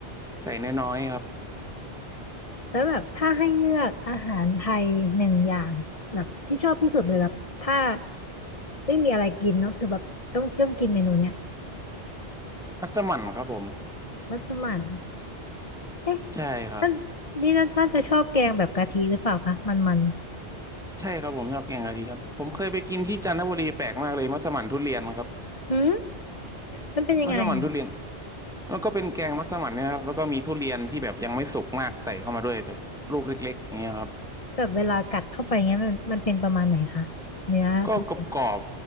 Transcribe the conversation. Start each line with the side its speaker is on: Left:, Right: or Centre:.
Centre: ใส่น้อยๆครับ
Left: แล้วแบบถ้าให้เลือกอาหารไทยหนึ่งอย่างแบบที่ชอบที่สุดเลยแบบถ้าไม่มีอะไรกินเนาะคือแบบต้องต้องกินเมนูเนี้ย
Centre: มัสมั่นครับผม
Left: มัสมั่นเอ๊ะ
Centre: ใช่ครับ
Left: นั่นนี่น่าน่าจะชอบแกงแบบกะทิหรือเปล่าคะมันมัน
Centre: ใช่ครับผมชอบแกงกะทิครับผมเคยไปกินที่จันทบุรีแปลกมากเลยมัสมั่นทุเรียนครับ
Left: หืมมันเป็นยังไงอะ
Centre: มัสมั่นทุเรียน แล้วก็เป็นแกงมัสมั่นเนี่ยนะครับแล้วก็มีทุเรียนที่แบบยังไม่สุกมากใส่เข้ามาด้วยแบบลูกเล็กๆอย่างเงี้ยครับ
Left: แบบเวลากัดเข้าไปเงี้ยมันมันเป็นประมาณไหนคะเนื้อทุเรียน
Centre: ก็กรอบกรอบ